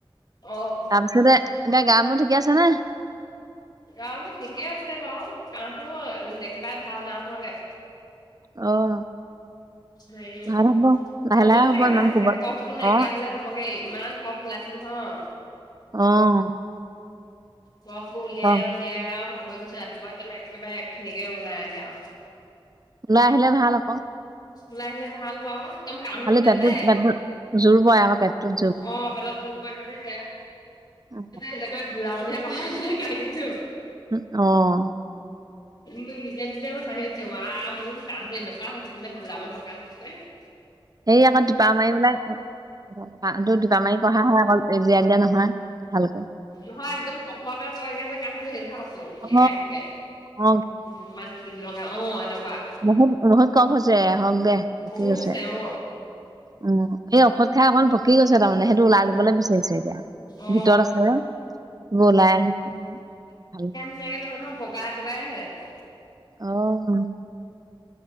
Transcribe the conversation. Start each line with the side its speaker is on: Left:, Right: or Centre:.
Left: অ'।
Right: তাৰপিছতে এতিয়া গা মোৰ ঠিকে আছে নে?
Left: গা মোৰ ঠিকে আছে বাৰু কাঁহটো একেবাৰে ভাল নাই হুৱাগে।
Right: অ'।
Left: হেৰী
Right: ভাল হ'ব লাহে
Left: হ'ব
Right: লাহে
Left: চাগে
Right: ইমান
Left: লাহে-লাহে
Right: কোবত
Left: কফ বোৰ নাইকিয়া
Right: অ
Left: হলে হ'বগে ইমান কফ ওলাইছে নহয়।
Right: অ'।
Left: কফবোৰ উলিয়াই-উলিয়াইে
Right: ক
Left: আৰু ভাগৰি গৈছে ৰাতিপুৱা একদম একেবাৰে একখিনিকে ওলাই আহে আৰু।
Right: ওলাই আহিলে ভাল আকৌ।
Left: ওলাই আহিলে ভাল বাৰু। একদম কাঁহ
Right: খালি
Left: উঠিলে
Right: পেটটোত
Left: যে,
Right: পেটটোত জোৰ পৰে আকৌ পেটটোত
Left: অ', পেটত যুৰ পৰে কাৰনে বেয়া।
Right: অ'।
Left: তেনেকুৱা বুঢ়া মানুহে কহা নিচিনা কাহিছোঁ।
Right: অ'।
Left: মোক নিজে-নিজে মুৰ হাহিঁ। ৱা মোৰ কাঁহটো এনেকুৱা হৈছেগে নে বুঢ়া মানুহৰ কাঁহ কবলেহ?
Right: সেই আকৌ তিতা মাৰি পেলাই কাঁহটো তিপা মাৰি কঢ়া হয় অকল জিয়াই দিয়া নহয় ভালকে।
Left: নহয় একদম কফতে পৰেগে যে কাহটো হেলভা <unintelligible>
Right: অ
Left: ঘেক কেই,
Right: অ
Left: ইমান ঘিণ লগা অ', এনেকুৱা।
Right: বহুত-বহুত কফ হৈছে আহক দে, পকী
Left: বহুত
Right: গৈছে।
Left: হৈছে অ
Right: উম, সেই ঔষধ খাই অকন ভকি গৈছে তাৰমানে সেইটো ওলাই দিবলৈ এতিয়া
Left: অ
Right: ভিতৰত আছে, সেইবোৰ ওলাই আহিছে। ভাল
Left: <unintelligible> নহয়-নহয় বগাই-বগাই হৈ আছে।
Right: অ'।